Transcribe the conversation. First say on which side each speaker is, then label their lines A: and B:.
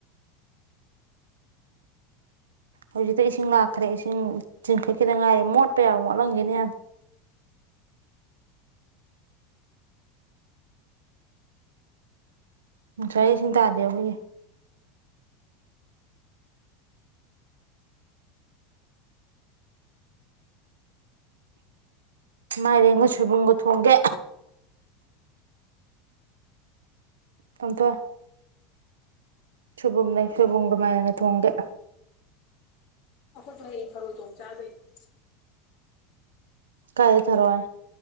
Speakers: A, on the right; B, on the left.
A: ꯍꯧꯖꯤꯛꯇ ꯏꯁꯤꯡ ꯂꯥꯛꯈ꯭ꯔꯦ ꯏꯁꯤꯡ ꯆꯤꯡꯈꯠꯈꯤꯗ ꯉꯥꯏꯔꯤ ꯃꯣꯠꯄ ꯌꯥꯕ ꯃꯣꯠꯂꯝꯒꯤꯅꯤ ꯉꯁꯥꯏ ꯏꯁꯤꯡ ꯇꯥꯗꯦ ꯑꯩꯈꯣꯏꯒꯤ ꯃꯥꯏꯔꯦꯟꯒ ꯁꯣꯏꯕꯨꯝꯒ ꯊꯣꯡꯒꯦ ꯇꯣꯟꯊꯣꯏ ꯁꯣꯏꯕꯨꯝ ꯂꯩ ꯁꯣꯏꯕꯨꯝꯒ ꯃꯥꯏꯔꯦꯟꯒ ꯊꯣꯡꯒꯦ
B: ꯑꯩꯈꯣꯏꯁꯨ ꯍꯌꯦꯡ ꯊꯔꯣꯏ ꯊꯣꯡꯕ ꯆꯥꯗꯣꯏꯅꯦ
A: ꯀꯥꯏꯗꯩ ꯊꯔꯣꯏ